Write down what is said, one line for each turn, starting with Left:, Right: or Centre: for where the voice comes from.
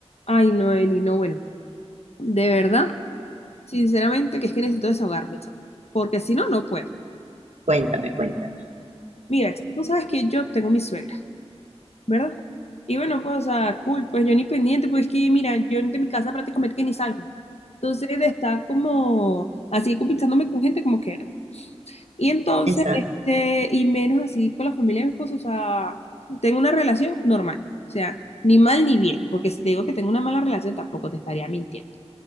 Left: Ay, no, Eli, no, bueno, de verdad, sinceramente que es que necesito desahogarme, chamo, porque si no, no puedo.
Right: Cuéntame, cuéntame.
Left: Mira, chamo, tú sabes que yo tengo mi suegra, ¿verdad? Y bueno, pues, o sea, cool, pues yo ni pendiente, pues es que, mira, yo de mi casa prácticamente que ni salgo. Entonces, de estar como así compitiéndome con gente, como que no. Y entonces,
Right: Exacto.
Left: este, y menos así con la familia de mi esposo, o sea, tengo una relación normal, o sea, ni mal ni bien, porque si te digo que tengo una mala relación, tampoco te estaría mintiendo.